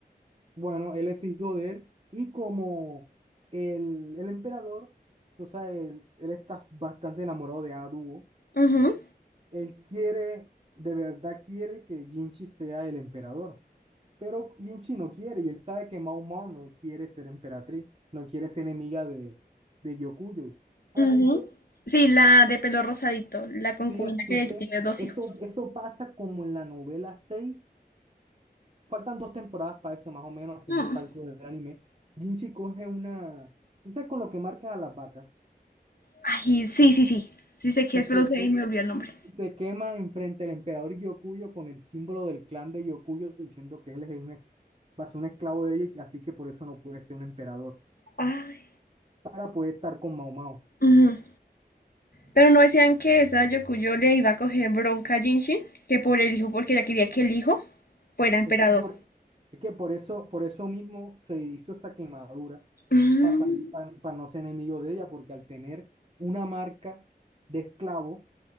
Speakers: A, on the right; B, on the left.
A: Bueno, él es hijo de él. Y como el, el emperador, tú sabes, él, él está bastante enamorado de Aduo.
B: Ujú.
A: Él quiere, de verdad quiere que Jinchi sea el emperador. Pero Jinchi no quiere y él sabe que Mao Mao no quiere ser emperatriz, no quiere ser enemiga de, de Yokuyo. Así
B: Ujú.
A: que,
B: Sí, la de pelo rosadito, la concubina
A: sí, así
B: que ahorita
A: que
B: tiene dos
A: eso,
B: hijos.
A: eso pasa como en la novela seis Faltan dos temporadas para eso, más o menos, haciendo
B: Mm.
A: cálculos del anime. Jinchi coge una, tú sabes, con lo que marcan a las vacas
B: Ay, sí, sí, sí. Sí sé que
A: y
B: es,
A: se,
B: pero se
A: que,
B: me olvidó el nombre.
A: y se quema enfrente del emperador Yokuyo con el símbolo del clan de Yokuyo diciendo que él es un, es- va a ser un esclavo de ella y que- así que por eso no puede ser un emperador,
B: Ay.
A: para poder estar con Mao Mao.
B: Ujú. Pero no decían que esa Yokuyo le iba a coger bronca a Jinshin, que por el hijo, porque ella quería que el hijo fuera emperador.
A: Es que por, es que por eso, por eso mismo se hizo esa quemadura
B: Mm.
A: para salir, para, no ser enemigo de ella, porque al tener una marca de esclavo,